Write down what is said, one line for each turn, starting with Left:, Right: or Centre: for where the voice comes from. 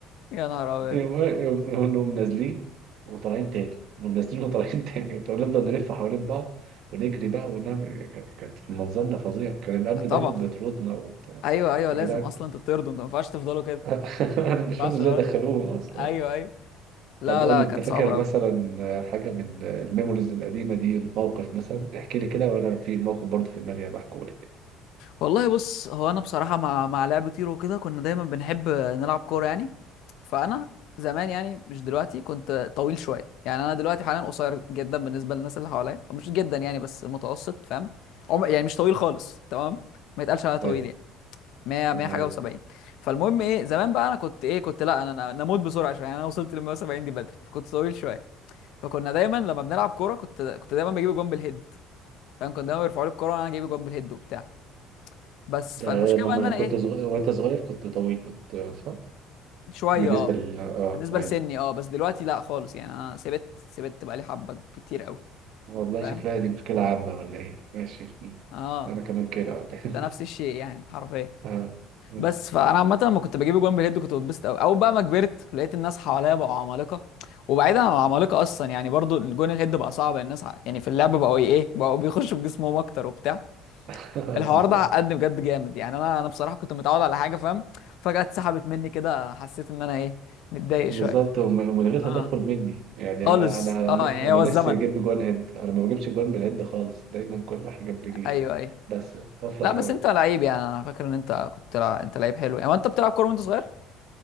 Left: يا نهار ابيض
Right: يقوم يقوم- يقوم نازلين وطالعين تاني نقوم نازلين وطالعين <laughs> تاني ونفضل نلف حوالين بعض ونجري بقى ونعمل كانت كانت منظرنا فظيع كان الأمن
Left: طبعا
Right: دايما بيطردنا وبتاع
Left: ايوه ايوه لازم
Right: يا جدعان
Left: اصلا تطردوا انت ما ينفعش تفضلوا كده
Right: <laughs> أنا مش
Left: ما
Right: فاهم
Left: ينفعش
Right: إزاي
Left: غلط.
Right: دخلوهم أصلا
Left: ايوه ايوه لا
Right: طب قول
Left: لا
Right: لي
Left: كانت
Right: أنت فاكر
Left: صعبه قوي
Right: مثلا حاجة من الميموريز القديمة دي موقف مثلا احكي لي كده وأنا في موقف برضه في دماغي بحكوا لك
Left: والله بص هو انا بصراحه مع مع لعب تيرو كده كنا دايما بنحب نلعب كوره يعني فانا زمان يعني مش دلوقتي كنت طويل شويه يعني انا دلوقتي حاليا قصير جدا بالنسبه للناس اللي حواليا مش جدا يعني بس متوسط فاهم عم... يعني مش طويل خالص تمام ما يتقالش عليا طويل
Right: أيوه
Left: يعني 100
Right: تمام
Left: 100 حاجه و70 فالمهم ايه زمان بقى انا كنت ايه كنت لا انا انا أنا اموت بسرعه شويه يعني انا وصلت لل 170 دي بدري فكنت طويل شويه فكنا دايما لما بنلعب كوره كنت كنت دايما بجيب جون بالهيد فاهم كنت دايما بيرفعوا لي الكوره وانا جايب جون بالهيد وبتاع بس
Right: ده
Left: فالمشكله
Right: لما
Left: بقى ان انا
Right: كنت
Left: ايه
Right: صغير وأنت صغير كنت طويل كنت صح؟
Left: شويه
Right: بالنسبة
Left: اه
Right: لل آه
Left: بالنسبه
Right: أيوه
Left: لسني اه بس دلوقتي لا خالص يعني انا سبت سبت بقى لي حبه كتير قوي
Right: والله
Left: فاهم
Right: شكلها دي مشكلة عامة ولا إيه؟ ماشي
Left: اه
Right: أنا كمان كده ولا إيه؟
Left: ده نفس الشيء يعني حرفيا
Right: <laughs> آه. <laughs>
Left: بس فانا عامه لما كنت بجيب جوان بالهيد كنت بتبسط قوي او بقى ما كبرت لقيت الناس حواليا بقوا عمالقه وبعيدا عن العمالقه اصلا يعني برضو الجون الهيد بقى صعب الناس ع- يعني في اللعبه بقوا ايه بقوا بيخشوا بجسمهم اكتر وبتاع
Right: آه.
Left: الحوار
Right: بالظبط
Left: ده عقدني بجد جامد يعني انا انا بصراحه كنت متعود على حاجه فاهم فجاه اتسحبت مني كده حسيت ان انا ايه متضايق شويه
Right: بالظبط وم- ومن غير تدخل
Left: اه
Right: مني يعني
Left: خالص
Right: أنا أنا
Left: اه يعني
Right: أنا
Left: هو
Right: نفسي
Left: الزمن
Right: أجيب جوان هيد أنا ما بجيبش جوان بالهيد خالص دايما كل حاجة برجلي
Left: ايوه ايوه
Right: بس بفرح
Left: لا بس
Right: أوي
Left: انت لعيب يعني انا فاكر ان انت كنت لع... انت لعيب حلو يعني هو انت بتلعب كوره وانت صغير